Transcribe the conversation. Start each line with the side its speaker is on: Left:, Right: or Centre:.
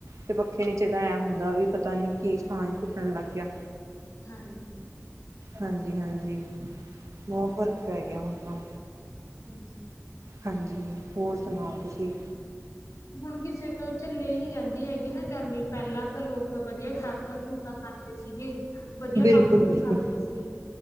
Right: ਤੇ ਪੱਖੇ ਨੀਚੇ ਤਾਂ ਐ ਹੁੰਦਾ ਵੀ ਪਤਾ ਨੀ ਕੀ ਸਾਂਅ ਘੁੱਟਣ ਲੱਗ ਗਿਆ
Left: ਹਾਂਜੀ
Right: ਹਾਂ ਜੀ ਹਾਂਜੀ ਬਹੁਤ ਫ਼ਰਕ ਪੈ ਗਿਆ ਹੁਣ ਤਾਂ
Left: ਹਾਂਜੀ
Right: ਹਾਂਜੀ ਹੋਰ ਸੁਣਾਓ ਤੁਸੀਂ
Left: ਹੁਣ ਕਿਸੇ ਤੋਂ ਚੱਲੇ ਨਹੀਂ ਜਾਂਦੀ ਹੈਗੀ। ਨਾ ਗਰਮੀ ਪਹਿਲਾਂ ਤਾਂ ਲੋਕ ਵਧੀਆ ਖੁਰਾਕਾਂ ਖੂਕਾਂ ਖਾਂਦੇ ਸੀਗੇ। ਵਧੀਆ
Right: ਬਿਲਕੁਲ-
Left: ਕੰਮ ਕੁਮ
Right: ਬਿਲਕੁਲ
Left: ਕਰਦੇ ਸੀ